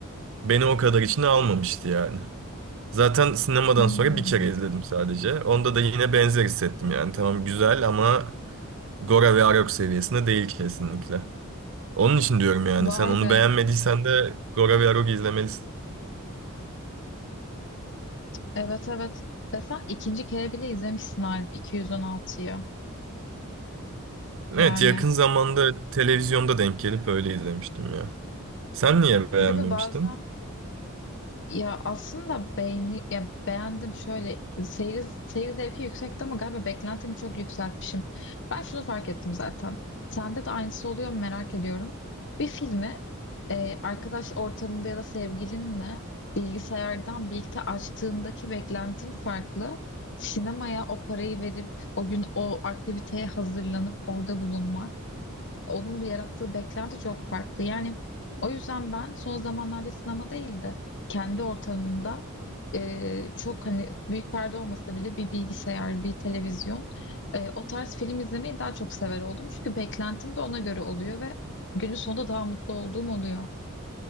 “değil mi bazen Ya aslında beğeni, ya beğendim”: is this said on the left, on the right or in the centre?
Left